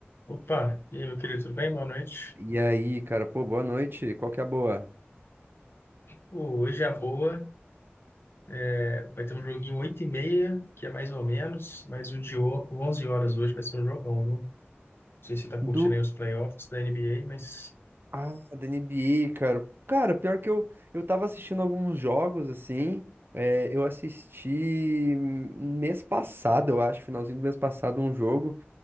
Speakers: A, on the left; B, on the right.
A: Opa, e aí, meu querido, tudo bem? Boa noite.
B: E aí, cara, pô, boa noite. Qual que é a boa?
A: Pô, hoje é a boa é, vai ter um joguinho oito e meia, que é mais ou menos, mas um de o- 11 horas hoje vai ser um jogão, viu? Não sei se você tá curtindo
B: Do.
A: aí os playoffs da NBA, mas...
B: Ah, da NBA, cara. Cara, pior que eu, eu tava assistindo alguns jogos, assim. é, eu assisti hum, mês passado, eu acho, finalzinho do mês passado, um jogo.